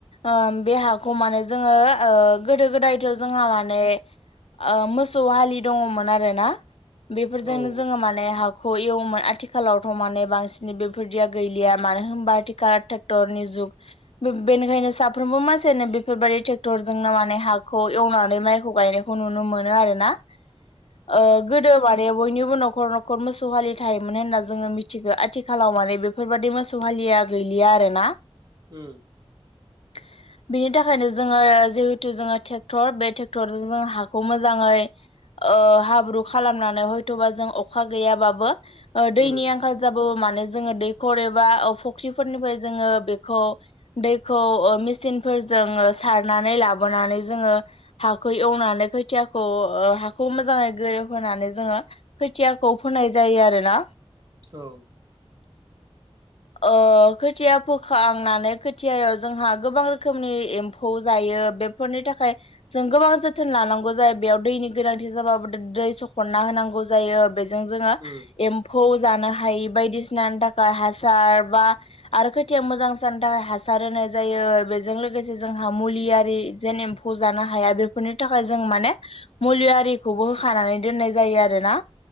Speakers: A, on the left; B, on the right.
A: ओ बे हाखौ माने जोङो गोदो गोदायथ' जोंहा माने ओ मोसौ हालि दङमोन आरो ना। बेफोरजोंनो
B: औ उम
A: जोङो माने हाखौ एवोमोन आथिखालावथ' माने बांसिन बेफोरदिया गैलिया मानो होनबा आथिखाल ट्रेक्टरनि जुग बेनिखायनो साफ्रोमबो मानसियानो बेफोरबायदि ट्रेक्टरजों माने हाखौ एवनानै माइखौ गायनायखौ नुनो मोनो आरो ना। ओ गोदो माने बयनिबो न'खर न'खर मोसौ हालि थायोमोन होनना जोङो मिथि गो आथिखालाव माने बेफोरबायदि मोसौ हालिया गैलिया आरो ना।
B: उम
A: <inaudible> बिनि थाखायनो जोङो जिहेथु जोङो ट्रेक्टर बे ट्रेक्टरजोंनो हाखौ मोजाङै ओ हाब्रु खालामनानै हयथ'बा जों अखा गैयाबाबो दैनि
B: उम
A: आंखाल जोङो दैखर एबा फख्रिफोरनिफ्राय जोङो बेखौ दैखौ सिनफोरजों सारनानै लाबोनानै जोङो हाखौ एवनानै खोथियाखौ ओ हाखौ मोजाङै गोरोबहोनानै जोङो खोथियाखौ फोनाय जायो आरोना।
B: औ
A: बि ओ खोथिया फोखांनानै खोथियायाव जोंहा गोबां रोखोमनि एम्फौ जायो। बेफोरनि थाखाय जों गोबां जोथोन लानांगौ जायो बेयाव दैनि गोनांथि जाबाबो हरना होनांगौ जायो बेजों जोङो
B: उम
A: एम्फौ जानो हायि बायदिसिनानि थाखाय हासार बा आरो खोथियाव मोजांनि थाखाय हासार होनाय जायो। बेजों लोगोसे जोंहा मुलियारि जेन एम्फौ जानो हा हाया बेफोरनि थाखाय जों माने मुलि आरिखौबो होखानानै दोननाय जायो आरोना।